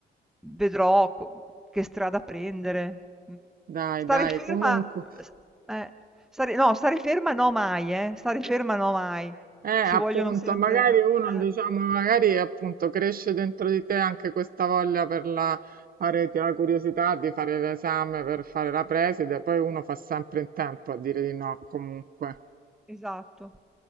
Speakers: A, in the centre; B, on the right.
A: vedrò co che strada prendere. Mh.
B: Dai,
A: Stare
B: dai,
A: ferma
B: comunque,
A: s eh, stare no, stare ferma no mai, eh, stare ferma no mai.
B: eh, appunto,
A: Ci vogliono sempre
B: magari uno,
A: eh.
B: diciamo,
A: eh.
B: magari appunto cresce dentro di te anche questa voglia per la, fare, ti- la curiosità di fare l'esame per fare la preside, poi uno fa sempre in tempo a dire di no, comunque.
A: Esatto.